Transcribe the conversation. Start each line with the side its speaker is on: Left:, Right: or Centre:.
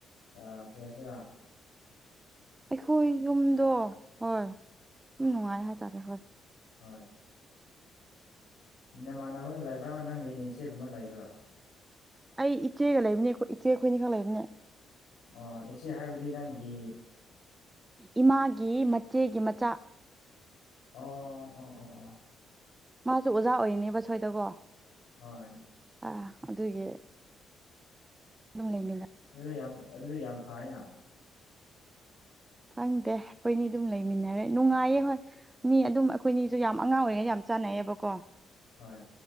Left: ꯑ ꯀꯣꯏꯌꯥꯁꯤꯔ
Right: ꯑꯩꯈꯣꯏ ꯌꯨꯝꯗꯣ ꯍꯣꯏ ꯁꯨꯝ ꯅꯨꯡꯉꯥꯏ ꯍꯥꯏꯇꯥꯔꯦ ꯍꯣꯏ
Left: ꯍꯣꯏ ꯅꯃꯥꯟꯃꯒꯤ ꯂꯩꯕ꯭ꯔꯥ ꯅꯪꯒꯤ ꯏꯆꯦꯒꯨꯝꯕ ꯂꯩꯕ꯭ꯔꯣ
Right: ꯑꯩ ꯏꯆꯦꯒ ꯂꯩꯕꯅꯦ ꯑꯩꯈꯣꯏ ꯏꯆꯦꯈꯣꯏꯅꯤ ꯈ ꯂꯩꯕꯅꯦ
Left: ꯑꯣ ꯏꯆꯦ ꯍꯥꯏꯕꯗꯤ ꯅꯪꯒꯤ
Right: ꯏꯃꯥꯒꯤ ꯃꯆꯦꯒꯤ ꯃꯆꯥ
Left: ꯑꯣ ꯑꯣ ꯑꯣ ꯑꯣ
Right: ꯃꯥꯁꯨ ꯑꯣꯖꯥ ꯑꯣꯏꯅꯦꯕ ꯁꯋꯥꯏꯗꯀꯣ
Left: ꯍꯣꯏ
Right: ꯑꯥ ꯑꯗꯨꯒꯤ ꯂꯨꯝꯅꯤꯡꯉꯤꯗ
Left: ꯑꯗꯨꯗ ꯌꯥꯝ ꯑꯗꯨꯗꯤ ꯌꯥꯝ ꯐꯥꯏꯅ
Right: ꯈꯪꯗꯦ ꯑꯩꯈꯣꯏꯅꯤ ꯑꯗꯨꯝ ꯂꯩꯃꯤꯟꯅꯔꯦ ꯅꯨꯡꯉꯥꯏꯌꯦ ꯍꯣꯏ ꯃꯤ ꯑꯗꯨꯝ ꯑꯩꯈꯣꯏꯅꯤꯁꯨ ꯌꯥꯝ ꯑꯉꯥꯡ ꯑꯣꯏꯔꯤꯉꯩ ꯌꯥꯝ ꯆꯥꯟꯅꯩꯌꯦꯕꯀꯣ꯫
Left: ꯍꯣꯏ